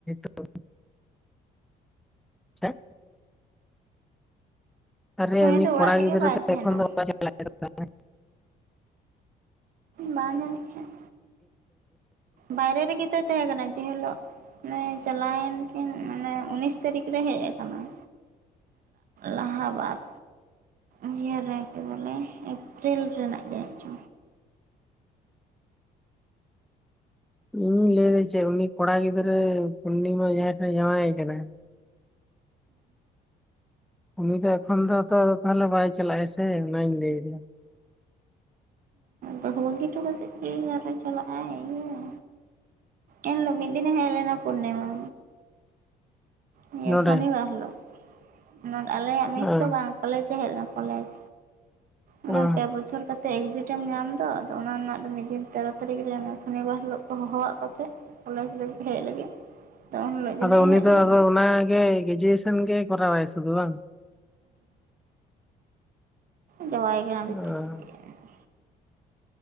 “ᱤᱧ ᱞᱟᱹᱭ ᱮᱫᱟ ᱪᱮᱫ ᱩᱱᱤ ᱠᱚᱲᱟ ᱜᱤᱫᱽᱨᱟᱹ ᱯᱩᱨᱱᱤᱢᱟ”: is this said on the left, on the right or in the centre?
Centre